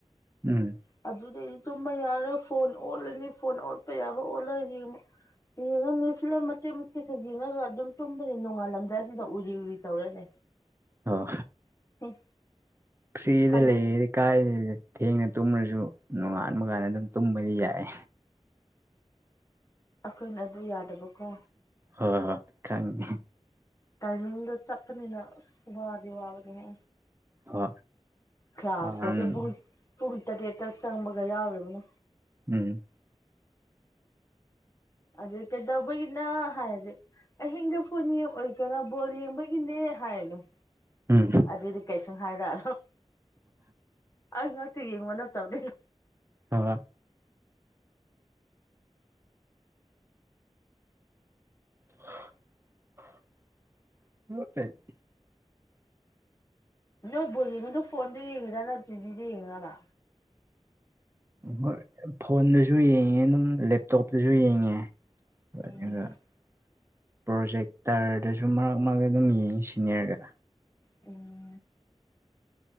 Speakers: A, on the right; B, on the left.
A: ꯎꯝ
B: ꯑꯗꯨꯗꯩꯗꯤ ꯇꯨꯝꯕ ꯌꯥꯔꯣꯏ ꯐꯣꯟ ꯑꯣꯠꯂꯅꯤ ꯐꯣꯟ ꯑꯣꯠꯄ ꯌꯥꯕ ꯑꯣꯜꯂ ꯌꯦꯡꯕ ꯌꯦꯡꯉꯅꯤ ꯐꯤꯂꯝ ꯃꯇꯦꯛ ꯃꯇꯦꯛ ꯌꯦꯡꯉꯒ ꯑꯗꯨꯝ ꯇꯨꯝꯕꯗ ꯅꯣꯡꯉꯥꯜꯂꯝꯗꯥꯥꯏꯁꯤꯗ ꯎꯔꯤ ꯎꯔꯤ ꯇꯧꯔꯅꯦ
A: ꯑꯣ
B: ꯍꯨꯝ
A: ꯊ꯭ꯔꯤꯗ
B: ꯍꯟꯗꯛ
A: ꯂꯩꯌꯦ ꯀꯥꯏꯗꯦꯗ ꯊꯦꯡꯅ ꯇꯨꯝꯃꯁꯨ ꯅꯣꯡꯉꯥꯟꯕ ꯀꯥꯟꯗ ꯑꯗꯨꯝ ꯇꯨꯝꯕꯗꯤ ꯌꯥꯏ
B: ꯑꯈꯣꯏꯅ ꯑꯗꯨ ꯌꯥꯗꯕꯀꯣ
A: ꯍꯣꯏ ꯍꯣꯏ ꯈꯪꯉꯦ
B: ꯇꯥꯏꯃꯤꯡꯗ ꯆꯠꯄꯅꯤꯅ ꯑꯁ ꯋꯥꯗꯤ ꯋꯥꯕꯅꯤꯍꯦ
A: ꯍꯣꯏ
B: ꯀ꯭ꯂꯥꯁ
A: ꯋꯥꯝ
B: ꯀꯥꯁꯦ ꯄꯨꯨꯡ ꯄꯨꯡ ꯇꯥꯔꯦꯠꯇ ꯆꯪꯕꯒ ꯌꯥꯎꯔꯤꯕꯅꯦ
A: ꯎꯝ
B: ꯑꯗꯩ ꯀꯩꯗꯧꯕꯒꯤꯅꯣ ꯍꯥꯏꯔꯗꯤ ꯑꯍꯤꯡꯗ ꯐꯣꯟ ꯌꯦꯡ ꯑꯣꯏ ꯀꯩꯅꯣ ꯕꯣꯜ ꯌꯦꯡꯕꯒꯤꯅꯦ ꯍꯥꯏꯔꯤꯅꯦ ꯗꯨꯝ
A: ꯎꯝ
B: ꯑꯗꯨꯗꯤ ꯀꯩꯁꯨ ꯍꯥꯏꯔꯛꯑꯔꯣꯏ ꯑꯩ ꯉꯥꯛꯇ ꯌꯦꯡꯕ ꯅꯠꯇꯕꯅꯤ
A: ꯍꯣꯏ <unintelligible>
B: ꯅꯣꯏ ꯕꯣꯜ ꯌꯦꯡꯉꯤꯗꯣ ꯐꯣꯟꯗ ꯌꯦꯡꯉꯤꯔꯅ ꯇꯤꯚꯤꯗ ꯌꯦꯡꯉꯤꯔꯕ
A: ꯒꯣꯏ ꯐꯣꯟꯗꯁꯨ ꯌꯦꯡꯉꯦ ꯑꯗꯨꯝ ꯂꯦꯞꯇꯣꯞꯇꯁꯨ ꯌꯦꯡꯉꯦ <unintelligible>
B: ꯎꯝ
A: ꯄ꯭ꯔꯣꯖꯦꯛꯇꯔꯗꯁꯨ ꯃꯔꯛ ꯃꯔꯛꯇ ꯑꯗꯨꯝ ꯌꯦꯡꯉꯤ ꯁꯤꯅꯤꯌꯔꯒ
B: ꯎꯝ